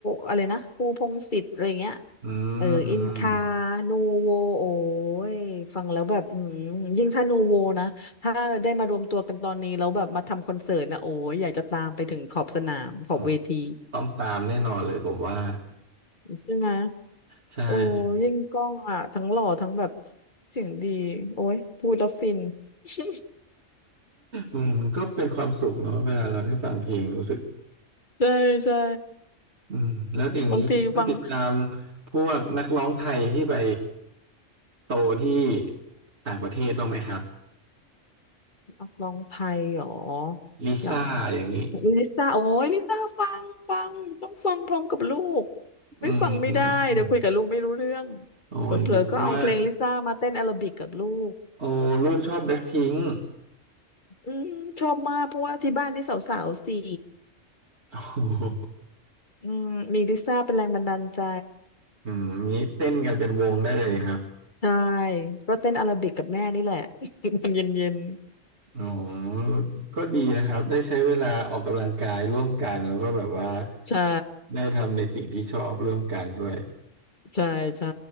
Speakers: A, on the left; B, on the right.
A: อะไรนะปูพงษ์สิทธิ์อะไรเงี้ย
B: อืมอืม
A: เอออินคานูโวโอ้ยฟังแล้วแบบอืมยิ่งถ้านูโวนะถ้าได้มารวมตัวกันตอนนี้แล้วแบบมาทำคอนเสิร์ตนะโอ้ยอยากจะตามไปถึงขอบสนามขอบเวที
B: ผมต้องตามแน่นอนเลยผมว่า
A: ใช่ไหม
B: ใช่
A: โอ้ยิ่งกล้องอ่ะทั้งหล่อทั้งแบบเสียงดีโอ้ยพูดแล้วฟิน <laughs>
B: อืมก็เป็นความสุขเนาะเวลาเราได้ฟังเพลงรู้สึก
A: ใช่ใช่
B: อืมแล้วอย่างนี้ได้ติดตาม
A: บางทีฟัง
B: พวกนักร้องไทยที่ไปโตที่ต่างประเทศบ้างไหมครับ
A: นักร้องไทยหรอ
B: ลิซ่าอย่างนี้
A: อย่างลิซ่าโอ้ยลิซ่าฟังฟังต้องฟังพร้อมกับลูก
B: อื
A: ไม่ฟังไม่ได้เดี๋ยวคุยกับลูกไม่รู้เรื่อง
B: ม โอ้ยนี่เพราะว่า
A: เผลอๆก็เอาเพลงลิซ่ามาเต้นแอโรบิกกับลูก
B: โอ้ลูกชอบแบล็คพิงค์ <laughs>
A: อืมชอบมากเพราะว่าที่บ้านนี่สาวๆสี่
B: โอ้โห
A: อืมมีลิซ่าเป็นแรงบันดาลใจ
B: อืมงี้เต้นกันเป็นวงได้เลยนี่ครับ
A: ใช่ก็เต้นอาราบิกกับแม่นี่แหละ <laughs> มันเย็น
B: อ๋อก็ดีนะครับได้ใช้เวลาออกกำลังกายร่วมกันแล้วก็แบบว่า
A: ๆใช่
B: ได้ทำในสิ่งที่ชอบร่วมกันด้วย
A: ใช่ใช่